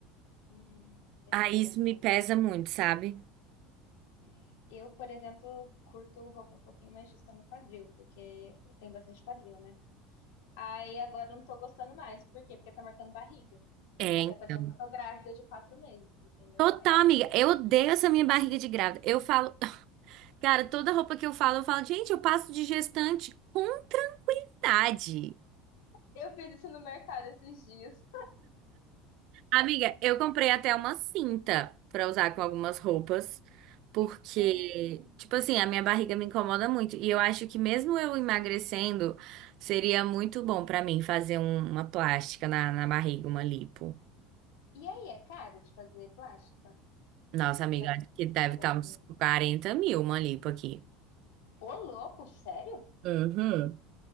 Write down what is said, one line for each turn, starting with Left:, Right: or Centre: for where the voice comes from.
Left: hum, sei
Right: Aí
Left: bem
Right: isso
Left: como
Right: me
Left: é.
Right: pesa muito, sabe?
Left: É. Eu, por exemplo, curto roupa um pouquinho mais justa no quadril, porque eu tenho bastante quadril, né? Aí agora eu não tô gostando mais. Por quê? Porque tá marcando barriga.
Right: É,
Left: Aí
Right: então.
Left: tá parecendo que eu tô grávida de quatro meses, entendeu?
Right: Total,
Left: Aí você
Right: amiga.
Left: fica tipo.
Right: Eu odeio essa minha barriga de grávida. Eu falo, <laughs> cara, toda roupa que eu falo, eu falo, gente, eu passo de gestante com tranquilidade.
Left: Eu fiz isso no mercado esses dias.
Right: Amiga, eu comprei até uma cinta pra usar com algumas roupas, porque,
Left: Hum.
Right: tipo assim, a minha barriga me incomoda muito. E eu acho que mesmo eu emagrecendo, seria muito bom pra mim fazer um- uma plástica na, na barriga, uma lipo.
Left: E aí, é caro de fazer plástica?
Right: Nossa, amiga,
Left: Tu já
Right: acho que deve
Left: ouviu?
Right: estar uns 40 mil uma lipo aqui.
Left: Ô, louco, sério?
Right: Uhum.